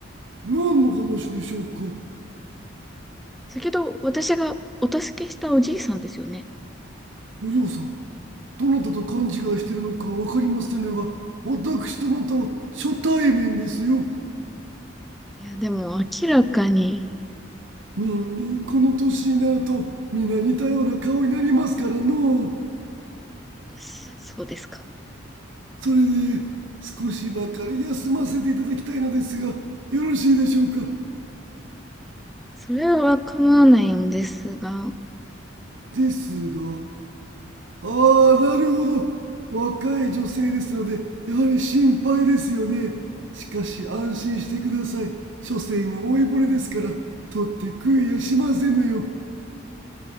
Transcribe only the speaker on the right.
何の話でしょうか
お嬢さんどなたと勘違いしてるのか分かりませんが私とあなたは初対面ですよ
人間この年になると皆似たような顔になりますからのう
それで少しばかり休ませていただきたいのですがよろしいでしょうか
ですがああなるほど若い女性ですのでやはり心配ですよねしかし安心してください所詮は老いぼれですから取って食いやしませぬよ